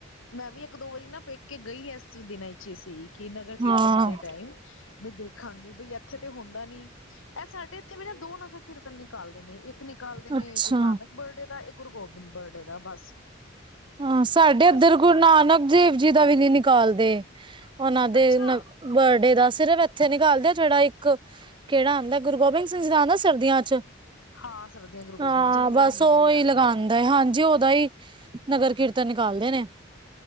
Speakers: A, on the left; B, on the right.
A: ਮੈਂ ਵੀ ਇੱਕ ਦੋ ਵਾਰੀ ਨਾ ਪੇਕੇ ਗਈ ਏਸ ਦਿਨਾਂ ਵਿੱਚ ਸੀ ਕਿ ਨਗਰ ਕੀਰਤਨ
B: ਹਾਂ।
A: ਟਾਈਮ ਵੀ ਦੇਖਾਂਗੀ ਬਈ ਇੱਥੇ ਤੇ ਹੁੰਦਾ ਨੀ। ਐ ਸਾਡੇ ਇੱਥੇ ਵੀ ਨਾ ਦੋ ਨਗਰ ਕੀਰਤਨ ਨਿਕਾਲਦੇ ਨੇ ਇੱਕ ਨ ਕਾਲਦੇ ਨੇ
B: ਅੱਛਾ।
A: ਗੁਰੂ ਨਾਨਕ ਬਰਡੇ ਦਾ ਇੱਕ ਗੁਰੂ ਗੋਬਿੰਦ ਬਰਡੇ ਦਾ ਬਸ।
B: ਹਾਂ, ਸਾਡੇ
A: ਬਸ
B: ਇੱਧਰ ਗੁਰੂ
A: ਬਸ
B: ਨਾਨਕ ਦੇਵ ਜੀ ਦਾ ਵੀ ਨੀ ਨਿਕਾਲਦੇ ਉਹਨਾਂ ਦੇ
A: ਅੱਛਾ
B: ਬਰਡੇ ਦਾ ਸਿਰਫ ਇੱਥੇ ਨਿਕਾਲਦੇ ਜਿਹੜਾ ਇੱਕ ਕਿਹੜਾ ਆਂਦਾ ਗੁਰੂ ਗੋਬਿੰਦ ਸਿੰਘ ਜੀ ਦਾ ਆਂਦਾ ਸਰਦੀਆਂ ਚ
A: ਹਾਂ ਸਰਦੀਆਂ ਗੁਰੂ ਗੋਬਿੰਦ
B: ਹਾਂ
A: ਜਨਵਰੀ
B: ਬਸ
A: ਦੇ ਮਹੀਨੇ
B: ਉਹੀ
A: ਜਿਹੜਾ ਆਉਂਦਾ
B: ਲਗਾ
A: ਹੈ।
B: ਹਾਂਜੀ ਉਹਦਾ ਹੀ ਨਗਰ ਕੀਰਤਨ ਨਿਕਾਲਦੇ ਨੇ